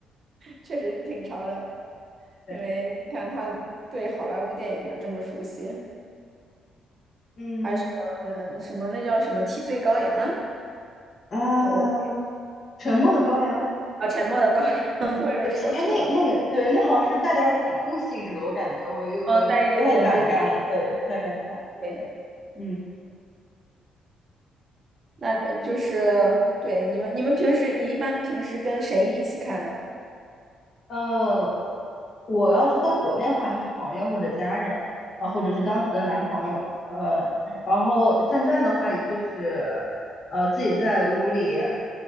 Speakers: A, on the right; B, on the left.
A: 确实挺潮的。
B: 对，
A: 因为你看他对好莱坞电影都这么熟悉，
B: 嗯
A: 还有什么什么那叫什么替罪羔羊啊？
B: 啊，
A: 哎，我
B: 沉默的羔羊。
A: 啊，沉默的羔羊，<laughs> 我有时候就老
B: 对，哎，那那个，对，那好像是带点儿恐怖性质的，我感觉我我不太敢看，
A: 哦带一点恐怖。
B: 对，不太敢看。
A: 对，
B: 对，嗯，
A: 那这就是对你们，你们平时你一般平时跟谁一起看呢？
B: 呃，我要是在国内的话，就是朋友或者家人啊，或者是当时的男朋友，
A: 嗯
B: 呃，
A: 嗯，
B: 然后现在的话，也就是呃自己在屋里，呃，